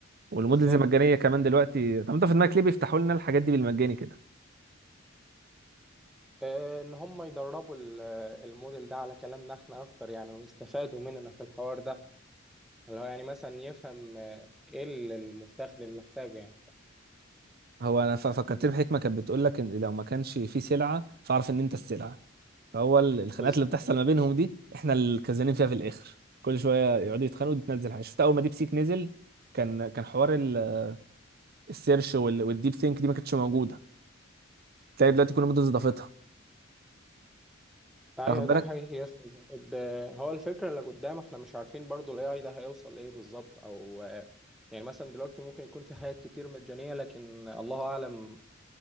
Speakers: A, on the right; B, in the centre.
A: والموديلز
B: بالظبط
A: المجانيه كمان دلوقتي طب انت في دماغك ليه بيفتحوا لنا الحاجات دي بالمجاني كده
B: آه، ان هم يدربوا ال- الموديل ده على كلامنا احنا اكتر يعني ويستفادوا مننا في الحوار ده اللي هو يعني مثلا يفهم آه، ايه اللي المستخدم محتاجه يعني
A: هو انا ف- فكرت بحكمه كانت بتقول لك ان لو ما كانش في سلعه فاعرف ان انت السلعه هو ال- الخناقات
B: بالظبط
A: اللي بتحصل ما بينهم دي احنا الكسبانين فيها في الاخر كل شويه يقعدوا يتخانقوا وتنزل حاجه شفت اول ما ديب سيك نزل كان كان حوار ال- السيرش وال- والديب ثينك دي ما كانتش موجوده تلاقي دلوقتي كل مدرس ضافتها
B: ايوه
A: واخد بالك
B: ده حقيقي يا اسطى ده- هو الفكره اللي قدام احنا مش عارفين برضو الاي اي ده هيوصل لايه بالظبط او آه، يعني مثلا دلوقتي ممكن يكون في حاجات كتير مجانيه لكن الله اعلم